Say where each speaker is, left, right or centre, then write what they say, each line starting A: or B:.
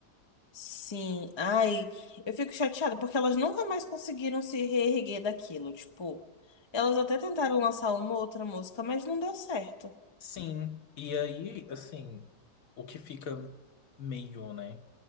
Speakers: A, on the left (about 25°); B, on the left (about 60°).
A: Sim, ai, eu fico chateada porque elas nunca mais conseguiram se reerguer daquilo. Tipo, elas até tentaram lançar uma outra música, mas não deu certo.
B: Sim, e aí, assim, o que fica meio, né?